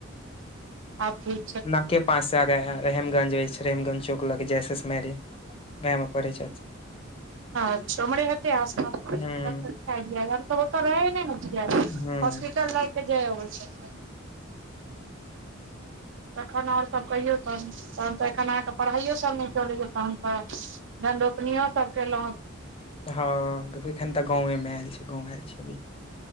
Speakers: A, on the right; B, on the left.
A: आब ठीक
B: नाके के पांच रेमगंज छै रेमगंज चौक ल जेएसएस मेरी ओहा मे पढ़ै छथि
A: अच्छा ऊमहमड़े त आसपासमे
B: हूँ
A: हम सब ओतय रहय नहि ने छीयै
B: हूँ
A: हॉस्पिटल लए के जाय आबै छलियै तखन आओर सभ कहियौ तहन तहन तऽ एखन अहाँ के पढ़ाइयो सब नहि चलैय तहन हँ धन रोपनियो सब केलहुँ
B: हँ एखन तऽ गांवे मे आयल छी गाँंव आयल छी अभी